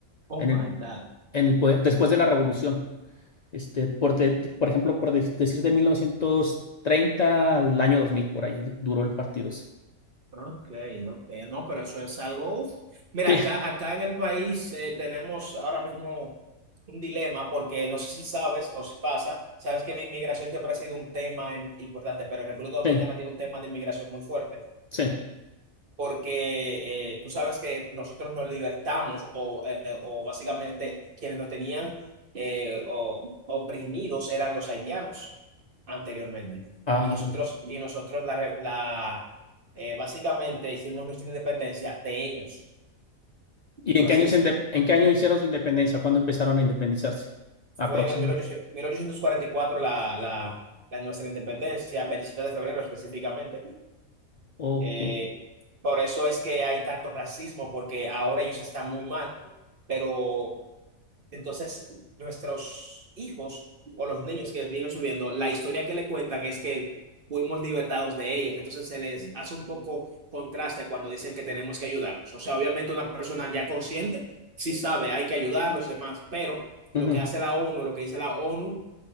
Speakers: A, on the right (about 45°); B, on the left (about 65°).
A: Oh
B: en
A: my
B: el,
A: God.
B: en el poder, después de la revolución. Este, por, de- por ejemplo, por de- decir de 1930 al año 2000 por ahí du- duró el partido ese.
A: Ok, ok, no, pero eso es algo. uf. Mira,
B: Sí,
A: acá, acá en el país eh, tenemos ahora mismo un dilema, porque no sé si sabes o si pasa, sabes que la inmigración siempre ha sido un tema im- importante, pero República Dominicana
B: sí,
A: tiene un tema de inmigración muy fuerte
B: sí.
A: porque eh, tú sabes que nosotros nos libertamos o, eh, o básicamente quienes nos tenían eh, o- oprimidos eran los haitianos anteriormente.
B: Ah,
A: Y nosotros, y nosotros la, re- la, eh, básicamente hicimos nuestra independencia de ellos,
B: ¿Y
A: por
B: en qué
A: así
B: año,
A: decirlo.
B: se inde- en qué año hicieron su independencia? ¿Cuándo empezaron a independizarse? Aproximadamente.
A: Fue en el 1800 1844 la, la, la nuestra independencia, 27 de febrero específicamente.
B: Ok.
A: Eh, por eso es que hay tanto racismo, porque ahora ellos están muy mal, pero Entonces, nuestros hijos o los niños que viven subiendo, la historia que le cuentan es que fuimos libertados de ellos. Entonces, se les hace un poco contraste cuando dicen que tenemos que ayudarlos. O sea, obviamente una persona ya consciente sí sabe, hay que ayudar a los demás, pero lo
B: Ujú.
A: que hace la ONU, lo que dice la ONU,